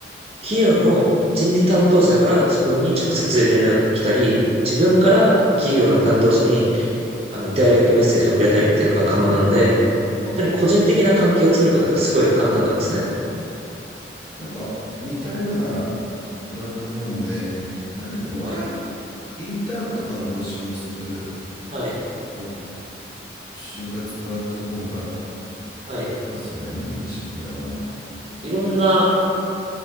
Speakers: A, on the right; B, on the left.
A: 企業の人事担当者から自分に直接連絡が来たり、自分から企業の担当者にあの、ダイレクトメッセージを送れたりっていうのが可能なので、
B: うん。
A: 本当に個人的な関係を作ることがすごい簡単なんですね。
B: なんか、似たようなプラットフォームで、なんだっけ、ワイ、
A: はい。
B: インターンとかの募集をする、
A: はい。
B: こう、就活プラットフォームがあり
A: はい。
B: ますよね。なんでしたっけ、名前。
A: いろんな